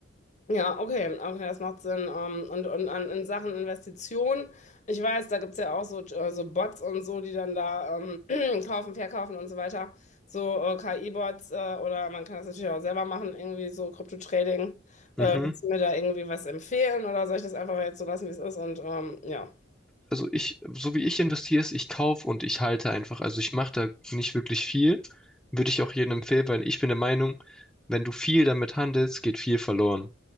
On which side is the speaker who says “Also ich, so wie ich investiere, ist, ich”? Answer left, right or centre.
Centre